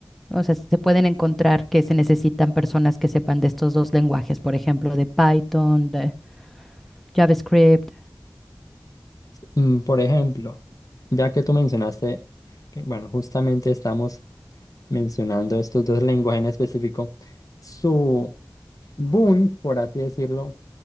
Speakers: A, in the centre; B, on the left.
A: o sea, se pueden encontrar que se necesitan personas que sepan de estos dos lenguajes, por ejemplo, de Python, de JavaScript?
B: Mm, Por ejemplo, ya que tú mencionaste que, bueno, justamente estamos mencionando estos dos lenguajes en específico, su boom, por así decirlo,